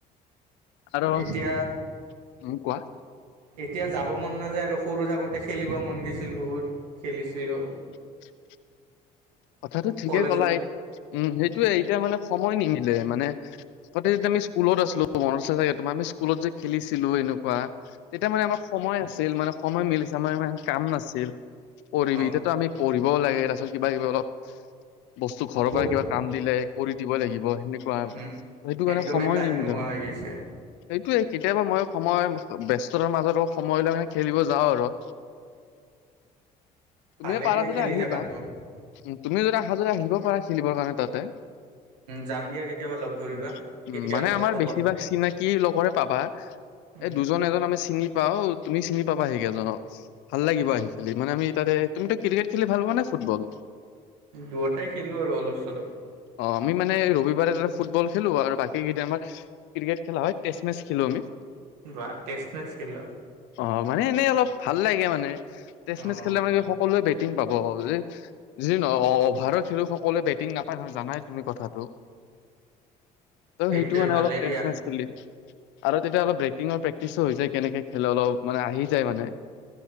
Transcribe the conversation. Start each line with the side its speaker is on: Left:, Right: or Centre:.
Left: আৰু
Right: এতিয়া
Left: উম কোৱা।
Right: এতিয়া যাব মন নাযায় আৰু সৰু থাকোতে খেলিব মন গৈছিল বহুত খেলিছিলোঁ।
Left: <inaudible> কথাটো ঠিকে
Right: কলেজত
Left: ক'লা উম সেইটোৱে এতিয়া মানে সময় নিমিলে মানে আগতে যদি আমি স্কুলত আছিলো মনত জাগ তোৰ আমি স্কুলত যে খেলছিলো এনেকুৱা। তেতিয়া মানে আমাৰ সময় আছিল, মানে সময় মিলিছে আমাৰ ইমান কাম নাছিল পৰিবি
Right: অঁ
Left: এতিতো আমি পঢ়িবও লাগে তাৰপিছত কিব কিবি অপল বস্তু ঘৰৰ
Right: কৰ
Left: পৰা কিবা কাম দিলে কৰি দিবই লাগিব সেনেকুৱা সেইটো
Right: উম,
Left: কাৰণে
Right: একদমেই
Left: সময়
Right: টাইম
Left: নিমিলা
Right: নোহোৱা
Left: হয়।
Right: হৈ গৈছে
Left: সেইটোৱে কেতিয়াবা মই সময় ব্যস্ততাৰ মাজত সময় লৈ খেলিব যাওঁ আৰু। তুমি
Right: ভালেই
Left: পাৰা
Right: দিয়া
Left: যদি
Right: খেলি
Left: আহিবা।
Right: থকাটো
Left: উ তুমি যদি অহা যদি আহিব পাৰা খেলিবৰ কাৰণে তাতে।
Right: যাম দিয়া কেতিয়াবা লগ ধৰিবা
Left: উ
Right: কেতিয়া
Left: মানে
Right: যোৱা
Left: আমাৰ
Right: ক'বা
Left: বেছিভাগ চিনাক কি লগৰে পাবা।
Right: উম,
Left: এই দুজন এজন আমি চিনি পাওঁ তুমি চিনি পাবা সেইকেইজনক। ভাল লাগিব আহি খেলি মানে আমি তাতে তুমিতো ক্ৰিকেট খেলি ভাল পোৱা নে ফুটবল?
Right: দুয়োটাই খেলো আৰু অলপ চলপ।
Left: অ আমি মানে ৰবিবাৰে তাতে ফুটবল খেলো আৰু বাকী কেইদিন আমাৰ ক্ৰিকেট খেলা হয় টেষ্ট মেচ খেলোঁ আমি।
Right: বাহঃ টেষ্ট মেচ খেল।
Left: অ মানে এনেই অলপ ভাল লাগে মানে টেষ্ট
Right: অঁ
Left: মেচ খেলিলে মানে কি সকলোৱে বে টিং পাব যে, যি নহক অভাৰৰ খেলোৱাই সকলোৱে বেটিং নাপায় নহয় জানাই তুমি কথাটো ত
Right: সেইটোৱে
Left: সেইটো মানে
Right: ভালেই
Left: অলপ টেষ্ট
Right: দিয়া
Left: মেচ খেলি, আৰু তেতিয়া অলপ বেটিঙৰ প্ৰেক্টিচো হৈ যায় কেনেকে খেলে অলপ মানে আহি যায় মানে।